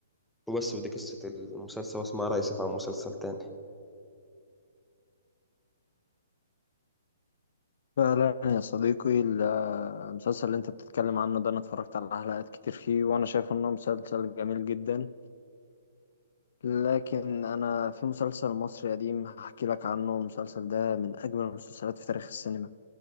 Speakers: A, in the centre; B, on the left (about 60°).
A: وبس ودي قصة المسلسل واسمع رأيي سيف عن مسلسل تاني
B: فعلا يا صديقي المسلسل اللي انت بتتكلم عنه ده انا اتفرجت على حلقات كتير فيه وانا شايف انه مسلسل جميل جدا لكن انا في مسلسل مصري قديم هحكي لك عنه المسلسل ده من اجمل المسلسلات في تاريخ السينما